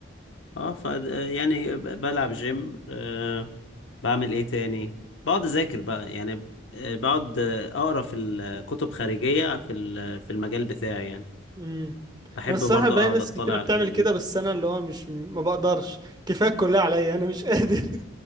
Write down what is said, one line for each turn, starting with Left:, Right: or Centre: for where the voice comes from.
Left: اه ف يعني ب- بلعب جيم آه بعمل ايه تاني بقعد اذاكر بقى يعني آه، بقعد آه، اقرا في الكتب خارجية في ال- في المجال بتاعي يعني
Right: امم
Left: بحب
Right: انا الصراحه
Left: برضه
Right: باقي
Left: اقعد
Right: ناس
Left: اطلع
Right: كتيره
Left: على
Right: بتعمل
Left: الحاجات دي
Right: كده بس انا اللي هو مش ما بقدرش كفايه الكليه عليا انا مش قادر